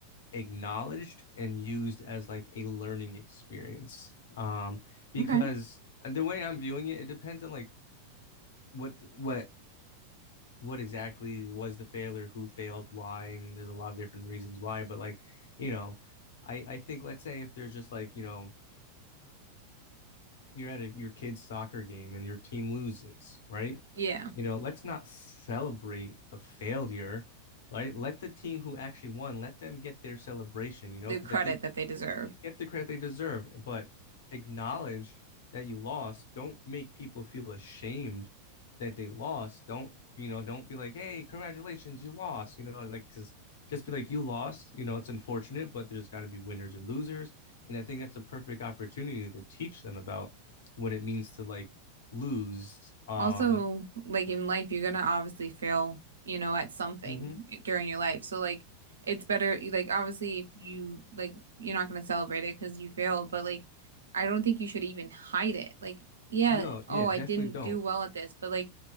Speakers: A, on the left; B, on the right.
A: acknowledged and used as like a learning experience. Um, because
B: Okay.
A: the way I'm viewing it, it depends on like what what what exactly was the failure, who failed, why, and there's a lot of different reasons why. But like, you know, I I think let's say if there's just like you know you're at a, your kid's soccer game and your team loses, right?
B: Yeah,
A: You know, let's not celebrate the failure, right? Let the team who actually won let them get their celebration, you know,
B: the
A: because
B: credit
A: I think
B: that they deserve.
A: get the credit they deserve, but acknowledge that you lost. Don't make people feel ashamed that they lost. Don't, you know, don't be like, hey, congratulations, you lost, you know, like, because just be like, you lost, you know, it's unfortunate, but there's got to be winners and losers. And I think that's a perfect opportunity to teach them about what it means to like lose. Um,
B: Also, like in life, you're gonna obviously fail, you know, at something
A: mhm.
B: during your life. So like it's better like obviously if you like you're not gonna celebrate it because you failed, but like I don't think you should even hide it. Like, yeah,
A: No,
B: oh,
A: yeah, definitely
B: I didn't
A: don't.
B: do well at this, but like